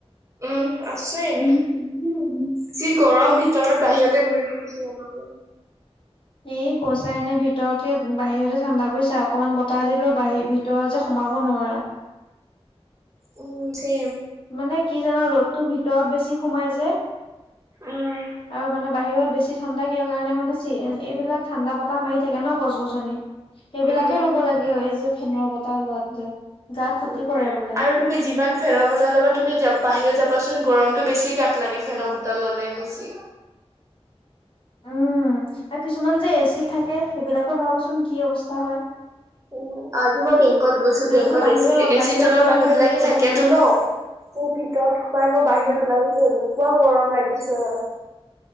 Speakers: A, on the right (about 30°); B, on the left (about 55°).
A: উম আছে এনেই।
B: উম
A: যি গৰম ভিতৰত বাহিৰতে ঘূৰি ফুৰিছে।
B: এ কৈছা এনে ভিতৰকে বাহিৰতে ঠাণ্ডা পৰিছা অকনমান বতাহ দিলোও বাহ ভি। তেওঁ যে সোমাব নোৱাৰা।
A: উম যে।
B: মানে কি জানা ৰ'দতটো ভিতৰত বেছি সোমাই যে।
A: উম
B: আৰু মানে বাহিৰত বেছি। ঠাণ্ডা কিয় কাৰোনে এইবিলাক ঠাণ্ডা বতাহ মাৰি থাকে ন গছ -গছনি। সেইবিলাকে
A: উম
B: ল'ব লাগে এই যে ফেনৰ বতাহ লোৱাতকে গা ক্ষতি
A: উম
B: কৰে বোলে।
A: আৰু তুমি যিমান ফেনৰ বটল ল'বা তুমি বাহিৰত যাবাচোন গৰমতটো বেছি গাত লাগে ফেনৰ বটল ল'লে বেছি।
B: উম আৰু কিছুমান যে এচিত থাকে সেইবিলাকৰ ভাবাচোন কি অৱস্থা হয়।
A: উ আজি মই বেংকত গৈছো
B: সিহঁতেতো
A: বেংকত
B: বাহিৰৰ
A: এচি এচিৰ
B: বাহিৰৰ
A: তলত
B: গৰম
A: মানুহ
B: সহ্য
A: বিলাকে
B: কৰিব
A: থাকেতো
B: নোৱাৰে।
A: ন। তোৰ ভিতৰত সোমাই মই বাহিৰত
B: উম
A: ওলাই গৈছো এনেকুৱা গৰম লাগিছে।